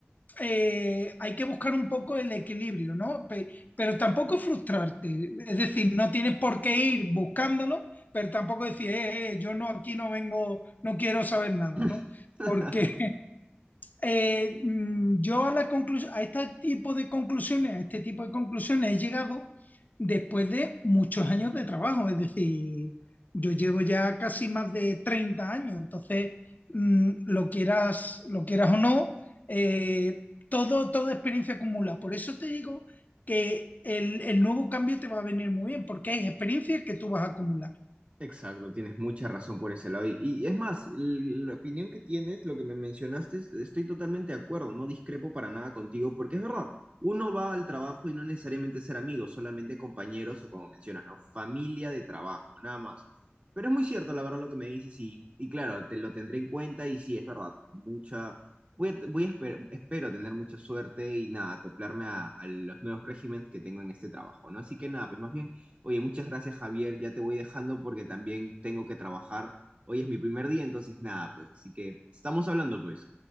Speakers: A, on the left; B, on the right.
A: eh, hay que buscar un poco el equilibrio, ¿no? Pe- pero tampoco frustrarte, es decir, no tienes por qué ir buscándolo, pero tampoco decir, eh, eh, yo no, aquí no vengo, no quiero saber nada,
B: <laughs>
A: ¿no? Porque eh, mm, yo a, la conclusión, a este tipo de conclusiones, a este tipo de conclusiones he llegado después de muchos años de trabajo, es decir, yo llevo ya casi más de treinta años, entonces mmm, lo, quieras, lo quieras o no, eh, todo, toda experiencia acumula. Por eso te digo que el, el, nuevo cambio te va a venir muy bien, porque hay experiencias que tú vas a acumular.
B: Exacto, tienes mucha razón por ese lado. Y, y es más, el- la opinión que tienes, lo que me mencionaste, es- estoy totalmente de acuerdo, no discrepo para nada contigo, porque es verdad, uno va al trabajo y no necesariamente ser amigos, solamente compañeros o como mencionas, ¿no? Familia de trabajo, nada más. Pero es muy cierto, la verdad, lo que me dices y, y claro, te lo tendré en cuenta y sí, es verdad, mucha, voy a, voy a esper- espero tener mucha suerte y nada, acoplarme a, a los nuevos regímenes que tengo en este trabajo, ¿no? Así que nada, pues más bien... Oye, muchas gracias, Javier. Ya te voy dejando porque también tengo que trabajar. Hoy es mi primer día, entonces nada, pues. Así que estamos hablando, pues.